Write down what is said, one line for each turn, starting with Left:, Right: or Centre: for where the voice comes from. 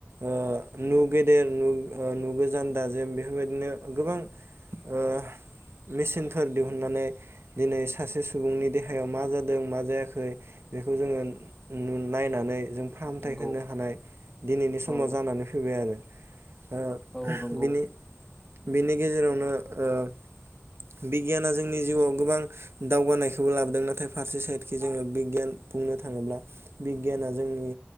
Right: ओ नु गेदेर नु ओ नुगोजान दाजेम बेफोरबायदिनो गोबां ओ मेसिनफोर दिहुननानै दिनै सासे सुबुंनि देहायाव मा जादों मा जायाखै बेखौ जोङो नायनानै जों
Centre: नंगौ
Right: होनो हानाय दिनैनि समाव
Centre: औ
Right: जानानै फैबाय आरो ओ उम
Centre: औ नंगौ
Right: बिनि बिनि नि गेजेरावनो ओ बिगियाना जोंनि जिउआव गोबां दावगानायखौबो लाबोदों नाथाय फारसे साइडखि जोङो बिगियान बुंनो थाङोब्ला बिगियाना जोंनि